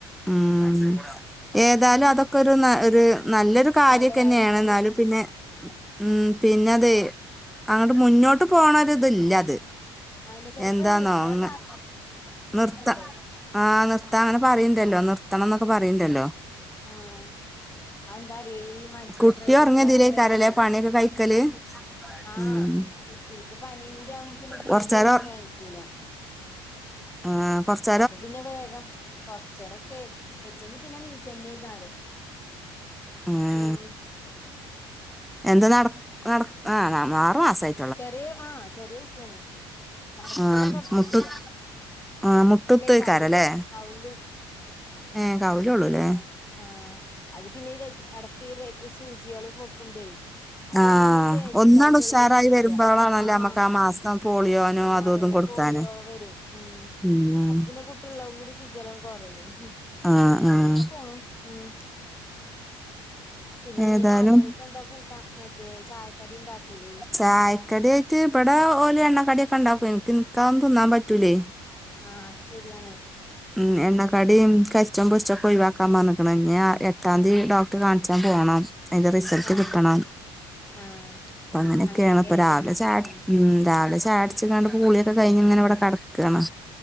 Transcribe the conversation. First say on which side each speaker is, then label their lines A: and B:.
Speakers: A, in the centre; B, on the left (about 15°).
A: ഉം <unintelligible> ഏതായാലും അതൊക്കെ ഒരു ഒരു നല്ലൊരു കാര്യം
B: നല്ല
A: തന്നെയാണ്
B: കാര്യങ്ങൾ
A: എന്നാലും പിന്നെ. ഉം പിന്നെ അതെ അങ്ങോട്ട് മുന്നോട്ട് പോണരു ഇതല്ല അത്.
B: അതിന് ചെലപ്പോ
A: എന്താന്നോ
B: അത് നിർത്താൻ
A: ആഹാ നിർത്താ.
B: സാധ്യതണ്ട്
A: ആഹ് നിർത്താ അങ്ങനെ പറയണ്ടല്ലോ നിർത്തണം എന്നൊക്കെ പറയണ്ടല്ലോ.
B: ആഹ് അത് എന്താറി മറ്റേ
A: കുട്ടി
B: പ്രൈവറ്റ്
A: ഒറങ്ങതിലേക്കാരല്ലേ
B: ബസെര് ആണേ.
A: പണിയൊക്കെ കഴിക്കല്
B: ആഹ്
A: ഉം
B: കുട്ടിക്ക് പനിയും കൂടി ആവുമ്പോ പിന്നെ തീരെ
A: കൊറച്ചേരം
B: ഒന്നിനും ആയിക്കൂല.
A: ആഹാ കുറച്ച്,
B: അപ്പൊ പിന്നെ വേഗം കൊറച്ച രൊക്കെ വെച്ചെങ്കി പിന്നെ നീ ചെന്നൈക്കാരം.
A: ഉം
B: ഉം
A: എന്ത് നട നട ആഹ് ആറു മാസായീ
B: ചെറിയ ആഹാ ചെറിയ കുട്ടിയണ്. നടക്കലും
A: ആഹ്
B: തൊടത്തിട്ടില്ല
A: മുട്ടു ആഹ് മുട്ടുത്തേക്കാരല്ലേ
B: ഇല്ലെ കൗലും കൗലും.
A: ഏഹ് കൗലഉള്ളൂ ല്ലേ
B: ആഹ് ആഹ് അത് പിന്നെ എടക്ക് സൂചികളും വക്കുമ്പേ അപ്പോ
A: ആഹ്
B: ഒന്നും ബേക്കിക്കആയിടെ
A: ഒന്നാണ്ട് ഉഷാറായി
B: പുടിച്ച്ക്കാ.
A: വരുമ്പോളാണല്ലോ
B: ആഹാ
A: നമ്മക്ക് ആ മാസം പോളിയോനോ
B: ആഹാ
A: അതും
B: അതന്നെ
A: ഇതും കൊടുക്കാന്
B: പോളിയോ. വരും ഉം
A: ഉം
B: അപ്പൊ പിന്നെ കുട്ടിയള്ളും കൂടിചിജല കൊറയും.
A: ആഹ്
B: അങ്ങനെയൊക്കെ
A: ആഹ്
B: പോണു ഉം. പിന്നെ ഇനി
A: ഏതായാലും
B: നാലുമണിക്ക് എന്താ കൂട്ടാൻ മറ്റേ ചായക്കടി ഉണ്ടാക്കൂലേ?
A: ചായ്ക്കടിയിട്ട് ഇവിടെ ഓല് എണ്ണക്കടി ഒക്കെ ഉണ്ടാക്കും എനിക്ക് നിക് തിന്നാൻ പറ്റൂലേ.
B: ആഹ് അത് ശരിയാണ്.
A: ഉം എണ്ണക്കാടി കരിച്ചം പൊരിച്ചത്ക്കെ ഒഴിവാക്കാൻ പറഞ്ഞിക്കണ് ഇനി എട്ടാംതി ഡോക്ടർ കാണിച്ചാൻ പോണം. അതിന്റെ റിസൾട്ട്
B: ആഹ്
A: കിട്ടണം
B: ആഹ്
A: പ്പ അങ്ങനെയൊക്കെയാണ്
B: അങ്ങനെയൊക്കെയാണല്ലേ
A: ഇപ്പൊ രാവിലെ ചയട്
B: ആഹ്
A: ഉം രാവിലെ ചായടിച്ച് കണ്ട് കുളിയൊക്കെ കഴിഞ്ഞ് ഇങ്ങനെ ഇവിടെ കടക്കാണ്.